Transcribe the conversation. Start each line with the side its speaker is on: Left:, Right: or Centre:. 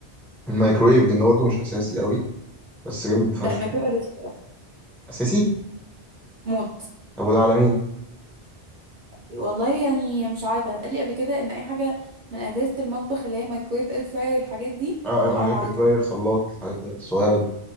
Centre: الميكرويف ده انه برضه مش اساسي قوي بس جامد فشخ
Right: لا ما بيبقى
Centre: يعني
Right: لذيذ قوي
Centre: اساسي
Right: موت
Centre: طب وده على مين
Right: والله يعني مش عارفه انا اتقال لي قبل كده ان اي حاجه من اجهزه المطبخ اللي هي مايكرويف اير فراير الحاجات دي
Centre: اه
Right: تبقى
Centre: ميكرويف
Right: على العروسه
Centre: اير فراير خلاط الحاجات دي الصغيره دي